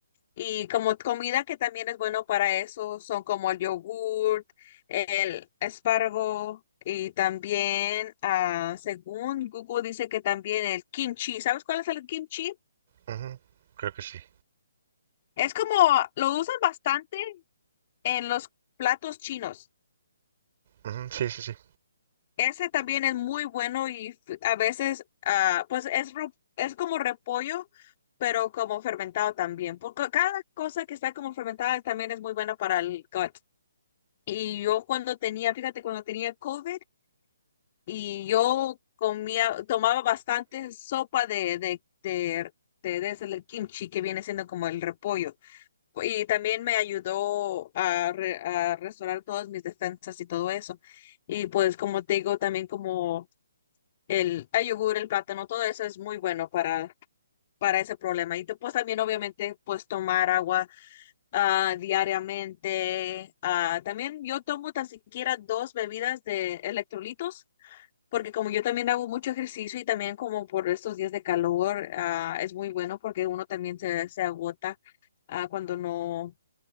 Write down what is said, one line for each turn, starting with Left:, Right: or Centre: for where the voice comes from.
Left: Y como comida que también es bueno para eso, son como el yogurt, el espárrago y también, ah, según Google dice que también el kimchi. ¿Sabes cuál es el kimchi?
Right: ujú. Creo que sí.
Left: Es como, lo usan bastante en los platos chinos.
Right: Ujú, sí, sí, sí.
Left: Ese también es muy bueno y f- a veces, ah, pues es, ro- es como repollo, pero como fermentado también, porque cada cosa que está como fermentada también es muy buena para el gut. Y yo cuando tenía, fíjate, cuando tenía COVID y yo comía, tomaba bastante sopa de, de, de, de, de ese, el kimchi que viene siendo como el repollo. Y también me ayudó a, re- a restaurar todas mis defensas y todo eso. Y pues como te digo, también como el, el yogur, el plátano, todo eso es muy bueno para, para ese problema. Y te- pues también obviamente pues tomar agua ah, diariamente. Ah, también yo tomo tan siquiera dos bebidas de electrolitos, porque como yo también hago mucho ejercicio y también como por estos días de calor, ah, es muy bueno porque uno también se, se agota ah, cuando no,